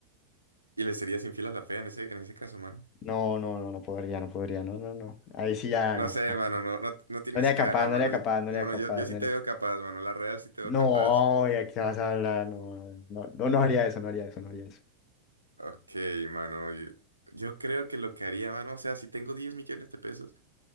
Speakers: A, on the right; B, on the left.
A: y le serías infiel a la fea en ese, en ese caso, mano.
B: No, no, no, no podría, no podría, no, no, no. Ahí sí ya
A: No
B: no.
A: sé,
B: No,
A: mano, no, no, no tienes
B: no era
A: cara,
B: capaz, no
A: mano.
B: era
A: Yo-
B: capaz, no
A: Mano,
B: era capaz,
A: yo, yo sí
B: no
A: te
B: era
A: veo capaz, mano. La real sí te veo
B: No,
A: capaz.
B: ya qué vas a hablar, no, no, no, no haría eso, no haría eso, no haría eso.
A: Ok, mano, yo, yo creo que lo que haría, mano, o sea, si tengo 10 millones de pesos,